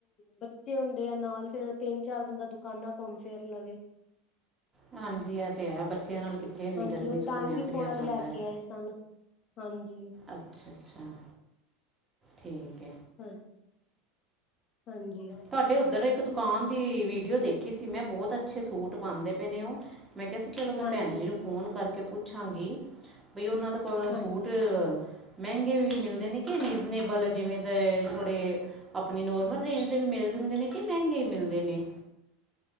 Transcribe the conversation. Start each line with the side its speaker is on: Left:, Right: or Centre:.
Left: ਬੱਚੇ ਹੁੰਦੇ ਆ ਨਾਲ ਫਿਰ ਤਿੰਨ ਚਾਰ ਬੰਦਾ ਦੁਕਾਨਾਂ ਘੁੰਮ ਫਿਰ ਲਵੇ।
Right: ਹਾਂਜੀ ਇਹ ਤੇ ਹੈ, ਬੱਚਿਆਂ ਨਾਲ। ਕਿੱਥੇ ਇੰਨੀ
Left: ਹਾਂਜੀ
Right: ਗਰਮੀ 'ਚ
Left: ਟਾਈਮ
Right: ਘੁੰਮਿਆ
Left: ਵੀ
Right: ਫਿਰਿਆ
Left: ਥੋੜਾ ਹੀ
Right: ਜਾਂਦਾ
Left: ਲੈ
Right: ਹੈ
Left: ਕੇ ਆਏ ਸਨ ਹਾਂਜੀ।
Right: ਅੱਛਾ ਅੱਛਾ ਠੀਕ
Left: ਹਾਂ। ਹਾਂਜੀ
Right: ਤੁਹਾਡੇ ਉੱਧਰ ਇੱਕ ਦੁਕਾਨ ਦੀ ਵੀਡੀਓ ਦੇਖੀ ਸੀ, ਮੈਂ ਬਹੁਤ ਅੱਛੇ ਸੂਟ ਪਾਉਦੇ ਪਏ ਨੇ ਉਹ। ਮੈਂ ਕਿਹਾ ਸੀ ਚਲੋ ਮੈਂ
Left: ਹਾਂਜੀ
Right: ਭੈਣ ਜੀ ਨੂੰ ਫੋਨ ਕਰਕੇ ਪੁੱਛਾਂਗੀ ਬਈ ਉਹਨਾਂ
Left: ਹਾਂਜੀ
Right: ਸੂਟ। ਮਹਿੰਗੇ ਵੀ ਮਿਲਦੇ ਨੇ ਕਿ ਰੀਜ਼ਨੇਬਲ ਜਿਵੇਂ ਤਾਂ ਥੋੜ੍ਹੇ ਆਪਣੀ ਨੋਰਮਲ ਰੇਂਜ। ਵੀ ਮਿਲ ਜਾਂਦੇ ਨੇ ਕਿ ਮਹਿੰਗੇ ਮਿਲਦੇ ਨੇ?